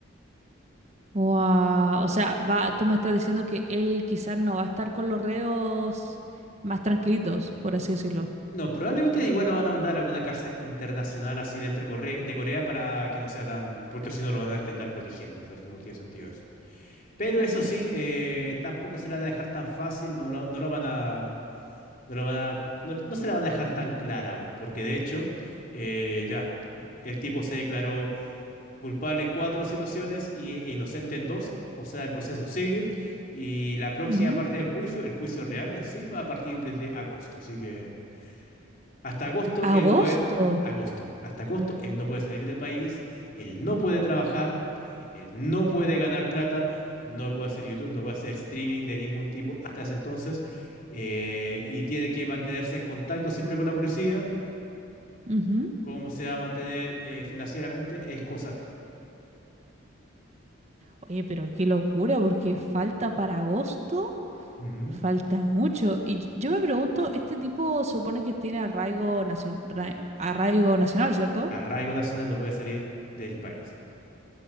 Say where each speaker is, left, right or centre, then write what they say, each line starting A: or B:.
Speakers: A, on the right; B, on the left.
A: Guau, O sea, va, tú me estás diciendo que él quizás no va a estar con los reos más tranquilitos, por así decirlo.
B: No, probablemente igual lo van a mandar a alguna cárcel internacional así dentro Corre- de Corea para que no sea tan... Porque si no lo van a tener que andar protegiendo, ¿cierto? No tiene sentido eso. Pero eso sí, eh, tampoco se la van a dejar tan fácil, no lo, no lo van a... No, lo van a no, no se la van a dejar tan clara aún, porque de hecho, eh, ya, el tipo se declaró culpable en cuatro situaciones y, e inocente en dos. O sea, el proceso sigue y la próxima
A: Ujú.
B: parte del juicio, el juicio real en sí, va a partir desde agosto. Así que hasta agosto él
A: Agosto.
B: no puede, agosto, hasta agosto él no puede salir del país, él no puede trabajar, él no puede ganar plata, no puede hacer YouTube, no puede hacer streaming de ningún tipo hasta ese entonces eh, y tiene que mantenerse en contacto siempre con la policía.
A: Ujú.
B: Cómo se va a mantener eh, financieramente es cosa de él.
A: Oye, pero qué locura, porque falta para agosto,
B: Ujú.
A: falta mucho. Y y- yo me pregunto, este tipo supone que tiene arraigo, nacion- ra- arraigo nacional, ¿cierto?
B: Arraigo nacional no puede salir del país.